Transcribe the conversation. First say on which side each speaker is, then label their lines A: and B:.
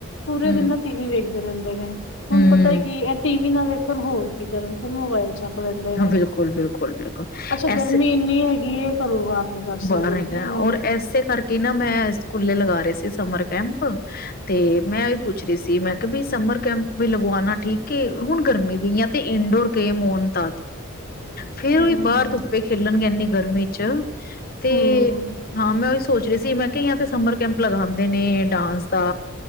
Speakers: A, on the left (about 60°); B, on the left (about 40°).
A: ਪੂਰੇ
B: ਹਮ
A: ਦਿਨ ਉਹ ਟੀ ਵੀ ਵੇਖ ਖਦੇ ਰਹਿੰਦੇ ਨੇ ਹੁਣ
B: ਹਮ
A: ਪਤਾ ਹੈ ਕਿ ਐਟੀ ਨਾਂ ਵੇਖਣ ਹੋਰ ਕੀ ਕਰਨ ਫਿਰ ਮੋਬਾਇਲ ਚ' ਰਹਿੰਦੇ ਨੇ
B: ਹਾਂ ਬਿਲਕੁਲ ਬਿਲਕੁਲ ਬਿਲਕੁਲ
A: ਅੱਛਾ
B: ਐਸੇ
A: ਗਰਮੀ ਇੰਨੀ ਹੈਗੀ ਘਰੋਂ ਬਾਹਾਰ ਨੀ ਕਰ ਸਕਦੇ
B: ਬਾਹਰ ਹੈਗਾ
A: ਇਹ ਨੂੰ
B: ਔਰ ਇਸੇ ਕਰਕੇ ਨਾ ਮੈਂ ਸਕੂਲੇ ਲਗਾ ਰਹੇ ਸੀ ਸਮਰ ਕੈਂਪ ਤੇ ਮੈਂ ਉਹੀ ਪੁੱਛ ਰਹੀ ਸੀ ਮੈਂ ਵੀ ਸਮਰ ਕੈਂਪ ਵੀ ਲਗਵਾਉਣਾ ਠੀਕ ਹੈ। ਹੁਣ ਗਰਮੀ ਵੀ ਜਾਂ ਤੇ ਇਨਡੋਰ ਗੇਮ ਹੋਣ <unintelligible> ਫੇਰ
A: ਹੂੰ
B: ਉਹੀ ਬਾਹਰ ਧੁੱਪੇ ਖੇਲਣਗੇ ਇਨੇ ਗਰਮੀ ਚ' ਤੇ
A: ਹੂੰ
B: ਹਾਂ ਮੈਂ ਉਸ ਸੋਚ ਰਹੀ ਸੀ ਮੈਂ ਕਿਹਾ ਤੇ ਸਮਰ ਕੈਂਪ ਲਗਾਉਦੇ ਨੇ ਡਾਂਸ ਦਾ